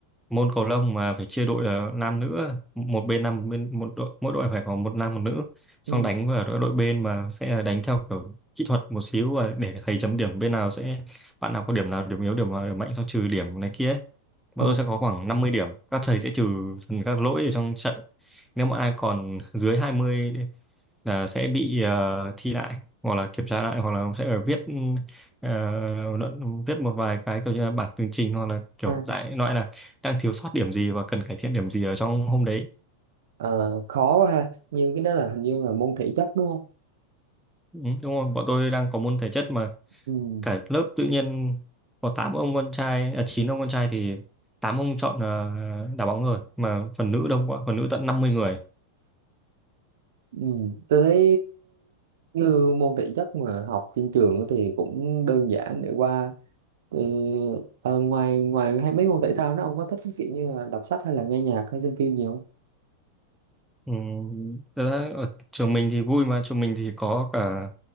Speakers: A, in the centre; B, on the right.
A: môn cầu lông mà phải chia đội là nam nữ một bên nam một bên một đội mỗi đội phải có một nam một nữ xong
B: ừ.
A: đánh vào đội đội bên mà sẽ là đánh theo kiểu kỹ thuật một xíu và để thầy chấm điểm bên nào sẽ bạn nào có điểm nào điểm yếu điểm nào điểm mạnh xong trừ điểm này kia ấy.
B: ờ,
A: bọn tôi sẽ có khoảng năm mươi điểm các thầy sẽ trừ dần các lỗi ở trong trận nếu mà ai còn dưới 20 là sẽ bị ờ, thi lại hoặc là kiểm tra lại hoặc là sẽ ở viết ờ, luận viết một vài cái kiểu như là bản tường trình hoặc là kiểu
B: à,
A: đại loại là đang thiếu sót điểm gì và cần cải thiện điểm gì ở trong hôm đấy
B: ờ, khó quá ha như cái đó là hình như là môn thể chất đúng không
A: ừ, đúng rồi bọn tôi đang có môn thể chất mà
B: ừ.
A: cả lớp tự nhiên có 8 ông con trai à, 9 ông con trai thì 8 ông chọn ờ, đá bóng rồi mà phần nữ đông quá phần nữ tận năm mươi người
B: Ừ. tôi thấy như môn thể chất mà học trên trường thì cũng đơn giản để qua Ừ, ờ, ngoài ngoài hay mấy môn thể thao đó ông có thích cái kiểu như là đọc sách hay là nghe nhạc hay xem phim gì không?
A: Ừ. thật ra Ở trường mình thì vui mà trường mình thì có cả